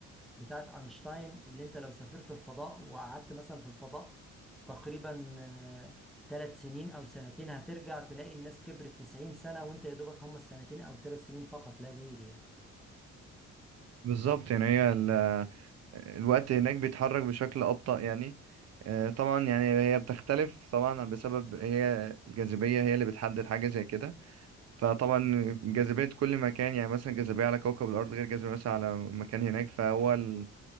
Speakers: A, in the centre; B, on the right.
A: بتاعت أينشتاين اللي انت لو سافرت الفضاء وقعدت مثلا في الفضاء تقريبا آه، ثلاث سنين أو سنتين هترجع تلاقي الناس كبرت 90 سنة وانت يا دوبك هم السنتين أو ثلاث سنين فقط لا غير يعني
B: بالظبط يعني هي ال... الوقت هناك بيتحرك بشكل أبطأ يعني آه، طبعا يعني هي بتختلف طبعا بسبب هي الجاذبية هي اللي بتحدد حاجة زي كده فطبعا جاذبية كل مكان يعني مثلا جاذبية على كوكب الأرض غير جاذبية مثلا على مكان هناك فهو ال...